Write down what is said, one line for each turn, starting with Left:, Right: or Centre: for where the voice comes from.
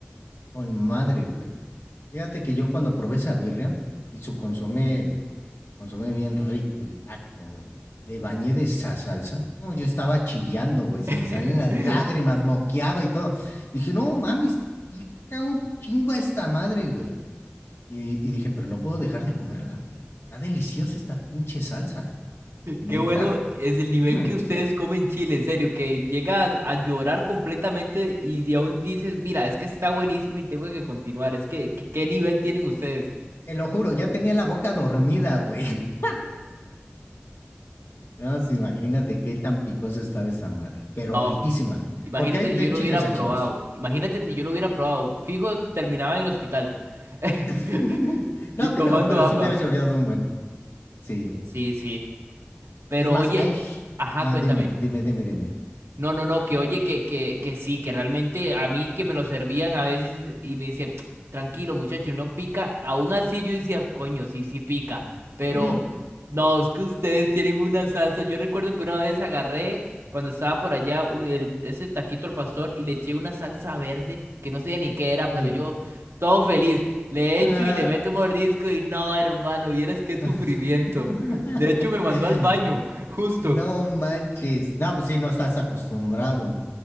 Left: con madre, güey. Fíjate que yo cuando probé esa birria y su consomé, su consomé bien rico, el taco, güey. Le bañé de esa salsa. No, yo estaba chillando, güey. Se
Right: <laughs>
Left: me salen las lágrimas, moqueaba y todo. Dije, no mames, pica un chingo a esta madre, güey. Y, y dije, pero no puedo dejar de comerla, güey. Está deliciosa esta pinche salsa, neta.
Right: Qué bueno es el nivel
Left: <laughs>
Right: que ustedes comen chile, en serio, que llegas a llorar completamente y de aún dices, mira, es que está buenísima y tengo que continuar. Es que, que- ¿qué nivel tienen ustedes?
Left: Te lo juro, ya tenía la boca dormida, güey. <laughs> No, pues, imagínate qué tan picosa estaba esa madre, pero
Right: No.
Left: riquísima,
Right: Imagínate
Left: porque hay
Right: si
Left: de
Right: yo lo
Left: chiles
Right: hubiera
Left: a
Right: probado.
Left: chiles.
Right: Imagínate si yo lo hubiera probado. Fijo, terminaba en el hospital <laughs>
Left: <laughs> No
Right: y tomando
Left: creo, pero
Right: agua.
Left: si hubiera llorado un buen. Sí.
Right: Sí, sí. Pero
Left: Es más,
Right: oye,
Left: ay,
Right: ajá,
Left: ah,
Right: cuéntame.
Left: dime, dime, dime, dime.
Right: No, no, no, que oye, que, que, que sí, que realmente a mí que me lo servían a veces y me decían, "Tsk, tranquilo muchacho, no pica, aún así yo decía, coño, sí, sí pica, pero
Left: Ujú.
Right: no, es que ustedes tienen una salsa, yo recuerdo que una vez agarré cuando estaba por allá un- el- ese taquito al pastor y le eché una salsa verde, que no sé ni qué era,
Left: Uy.
Right: pero yo todo feliz, le echo
Left: Ah.
Right: y le meto un mordisco y no, hermano, vieras qué
Left: <laughs>
Right: sufrimiento, de hecho me mandó al baño, justo,
Left: No manches. No, pues sí, no estás acostumbrado.